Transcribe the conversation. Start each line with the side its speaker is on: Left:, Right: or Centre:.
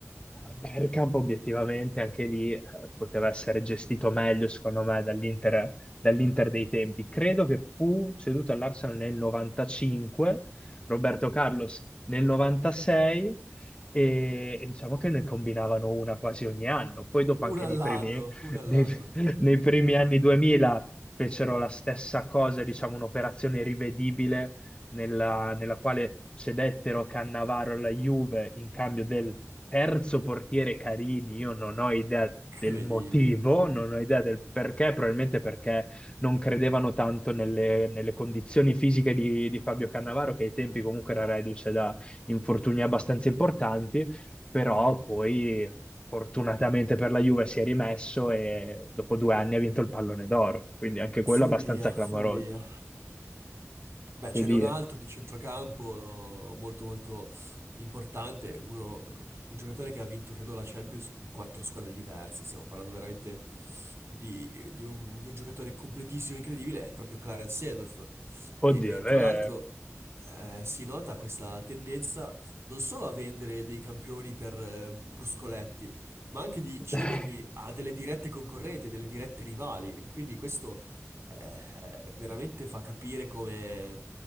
Left: Bergkamp obiettivamente anche lì eh, poteva essere gestito meglio, secondo me, dall'Inter dall'Inter dei tempi. Credo che fu ceduto all'Arsenal nel 95, Roberto Carlos nel 96 e, e diciamo che ne combinavano una quasi ogni anno. Poi dopo
Right: Uno
Left: anche nei
Right: all'anno,
Left: primi,
Right: uno all'anno.
Left: nei- nei primi anni 2000 fecero la stessa cosa, diciamo un'operazione rivedibile nella, nella quale cedettero Cannavaro alla Juve in cambio del terzo portiere Carini. Io non ho idea
Right: Incredibile.
Left: del motivo, non ho idea del perché, probabilmente perché non credevano tanto nelle, nelle condizioni fisiche di, di Fabio Cannavaro, che ai tempi comunque era reduce da infortuni abbastanza importanti, però poi fortunatamente per la Juve si è rimesso e dopo due anni ha vinto il pallone d'oro, quindi anche quello
Right: Follia,
Left: abbastanza clamoroso.
Right: follia. Beh,
Left: Che
Right: ce
Left: dire,
Right: n'è un altro di centrocampo molto molto importante, uno- un giocatore che ha vinto, credo, la Champions con quattro squadre diverse. Stiamo parlando veramente di, di un, di un giocatore completissimo, incredibile, è proprio Clarence Seedorf.
Left: oddio,
Right: E, e tra
Left: eh,
Right: l'altro eh, si nota questa tendenza non solo a vendere dei campioni per eh, bruscoletti, ma anche di
Left: <laughs>
Right: cederli a delle dirette concorrenti, a delle dirette rivali. E quindi questo eh, veramente fa capire come